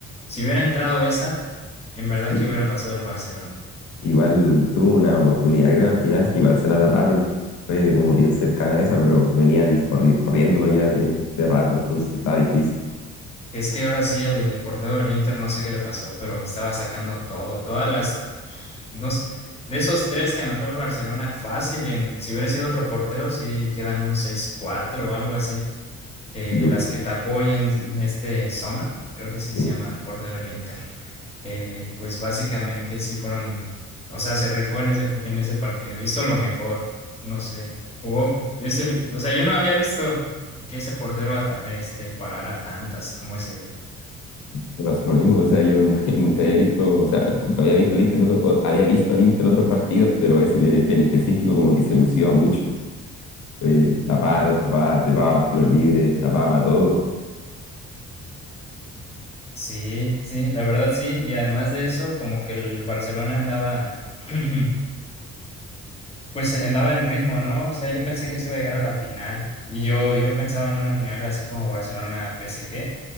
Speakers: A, on the left (about 20°); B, on the left (about 70°).
A: si hubiera entrado esa, en verdad
B: sí.
A: que hubiera pasado el Barcelona.
B: Igual tuvo una oportunidad, creo, al final, que igual se la taparon. Fue como bien cercana a esa, pero venían corri- corriéndolo ya de, de rato, entonces estaba difícil.
A: Es que ahora sí el portero del Inter no sé qué le pasó, pero estaba sacando todo, todas las, unos, de esos tres que anotó el Barcelona fácil, en, si hubiera sido otro portero, sí quedan un seis cuatro o algo así. eh,
B: Y yo,
A: las que te apoyan este Sommer, creo que sí
B: sí,
A: se llama el portero del Inter, eh, pues básicamente sí fueron, o sea, se rifó en ese, en ese partido, hizo lo mejor, no sé, jugó, ese- o sea, yo no había visto que ese portero ata- este, parara tantas como ese día.
B: me pasó lo mismo. O sea, yo n- <laughs> nunca había visto, o sea, como había visto al Inter, en otro- o- había visto al Inter en otros partidos, pero ese en en específico como que se lució mucho. Eh, tapaba, tapaba, tapaba, tiros libres, tapaba todo.
A: Sí, sí, la verdad sí, y además de eso, como que el Barcelona andaba, <clears throat> pues andaba en ritmo, ¿no? O sea, yo pensé que se iba a llegar a la final, y yo, yo pensaba en una final así como barcelona P S G